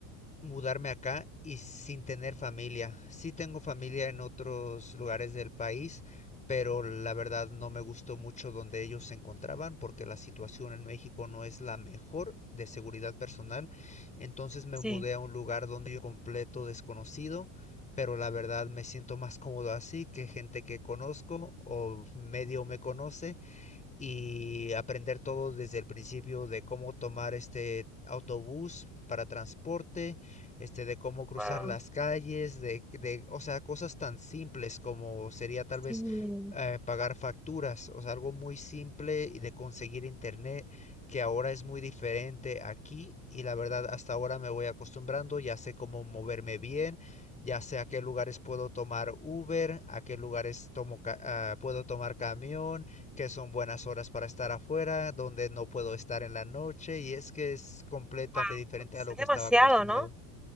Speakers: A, on the left; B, in the centre.
A: mudarme acá y sin tener familia. Sí tengo familia en otros lugares del país, pero la verdad no me gustó mucho donde ellos se encontraban porque la situación en México no es la mejor de seguridad personal. Entonces me
B: Sí.
A: mudé a un lugar donde yo completo desconocido. Pero la verdad me siento más cómodo así que gente que conozco o medio me conoce y aprender todo desde el principio de cómo tomar este autobús para transporte, este, de cómo cruzar
B: Wow.
A: las calles, de, de, o sea, cosas tan simples como sería tal
B: Sí.
A: vez eh, pagar facturas, o sea, algo muy simple y de conseguir internet que ahora es muy diferente aquí y la verdad hasta ahora me voy acostumbrando, ya sé cómo moverme bien, ya sé a qué lugares puedo tomar Uber, a qué lugares tomo ca- ah, puedo tomar camión, que son buenas horas para estar afuera, donde no puedo estar en la noche y es que es completamente
B: Wow.
A: diferente
B: Es
A: a lo que
B: demasiado,
A: estaba acostumbrado.
B: ¿no?